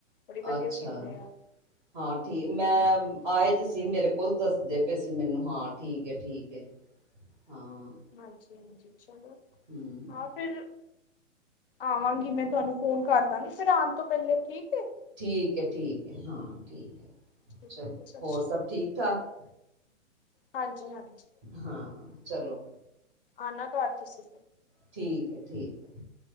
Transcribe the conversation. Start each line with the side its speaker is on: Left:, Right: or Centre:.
Left: ਬੜੀ ਵਧੀਆ
Right: ਅੱਛਾ
Left: ਸੀਂਦੇ ਆ
Right: ਹਾਂ ਠੀਕ ਮੈਂ।
Left: ਹੂੰ
Right: ਆਏ ਤੇ ਸੀ ਮੇਰੇ ਕੋਲ ਦੱਸਦੇ ਪਏ ਸੀ ਮੈਨੂੰ ਹਾਂ ਠੀਕ ਹੈ। ਠੀਕ ਹੈ ਹਾਂ।
Left: ਹਾਂਜੀ, ਹਾਂਜੀ ਚਲੋ
Right: ਹੂੰ
Left: ਹਾਂ ਫਿਰ। ਆਵਾਂਗੀ ਮੈਂ ਤੁਹਾਨੂੰ ਫੋਨ ਕਰ ਦਾਂਗੀ ਫੇਰ ਆਉਣ ਤੋਂ ਪਹਿਲੇ ਠੀਕ ਏ?
Right: ਠੀਕ ਹੈ, ਠੀਕ ਹੈ, ਹਾਂ ਠੀਕ ਹੈ,
Left: ਸਤਿ
Right: ਚਲੋ
Left: ਸ਼੍ਰੀ
Right: ਹੋਰ ਸਭ
Left: ਅਕਾਲ
Right: ਠੀਕ ਠਾਕ?
Left: ਹਾਂਜੀ ਹਾਂਜੀ।
Right: ਹਾਂ ਚਲੋ।
Left: ਆਉਣਾ ਘਰ ਤੁਸੀਂ।
Right: ਠੀਕ ਹੈ, ਠੀਕ ਹੈ